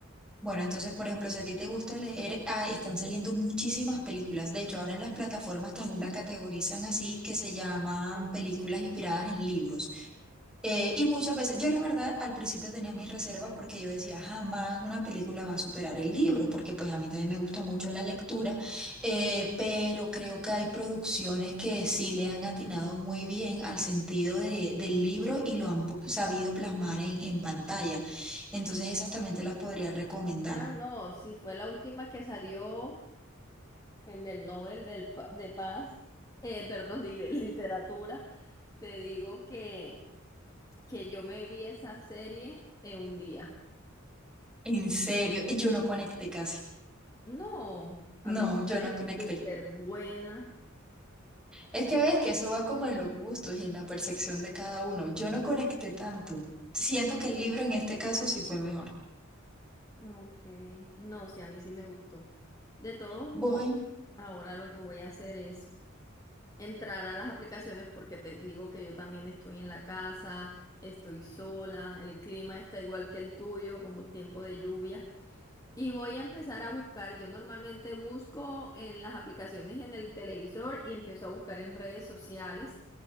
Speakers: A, in the centre; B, on the left (about 15°).
A: Bueno, entonces, por ejemplo, si a ti te gusta leer, ah, están saliendo muchísimas películas. De hecho, ahora en las plataformas también las categorizan así, que se llaman películas inspiradas en libros. Eh, y muchas veces, yo la verdad al principio tenía mis reservas porque yo decía, jamás una película va a superar el libro, porque pues a mí también me gusta mucho la lectura, eh, pero creo que hay producciones que sí le han atinado muy bien al sentido de- del libro y lo han po- sabido plasmar en, en pantalla. Entonces esas también te las podría recomendar.
B: Ah, no, sí, fue la última que salió, el del Nobel del, pa- de Paz, eh, perdón, de li- literatura. Te digo que que yo me vi esa serie en un día.
A: En serio, yo no conecté casi.
B: No, a mí
A: No,
B: me
A: yo
B: pareció
A: no conecté.
B: súper buena.
A: Es que ves que eso va como en los gustos y en la percepción de cada uno. Yo no conecté tanto. Siento que el libro en este caso sí fue mejor.
B: Ok, no, sí, a mí sí me gustó. De todos
A: Voy
B: modos, ahora lo que voy a hacer es entrar a las aplicaciones porque te digo que yo también estoy en la casa, estoy sola, el clima está igual que el tuyo, como tiempo de lluvia. Y voy a empezar a buscar. Yo normalmente busco en las aplicaciones en el televisor y empiezo a buscar en redes sociales